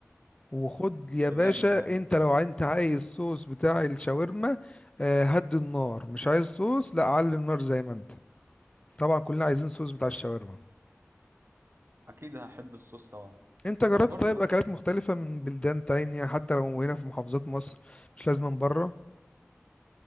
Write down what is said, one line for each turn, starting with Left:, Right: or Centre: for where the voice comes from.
Left: وخد يا
Right: ده
Left: باشا
Right: جامد ده
Left: انت لو انت عايز الصوص بتاع الشاورما آه، هدي النار مش عايز صوص لا علي النار زي ما انت طبعا كلنا عايزين صوص بتاع الشاورما
Right: اكيد هحب الصوص طبعا
Left: انت جربت
Right: انا برضو
Left: طيب
Right: بحب
Left: اكلات مختلفة من بلدان تانية حتى لو هنا في محافظات مصر مش لازم من بره